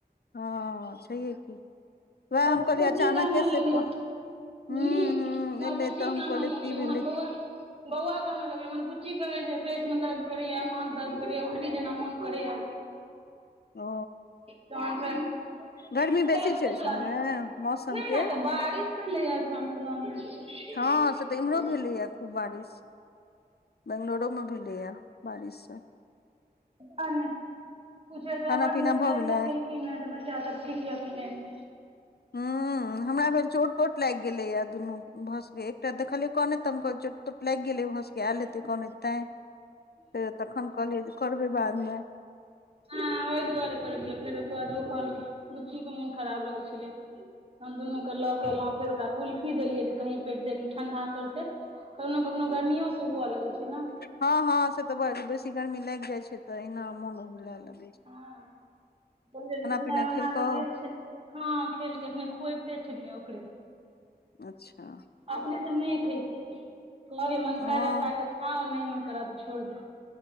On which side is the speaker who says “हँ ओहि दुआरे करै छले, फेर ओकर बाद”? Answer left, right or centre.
Right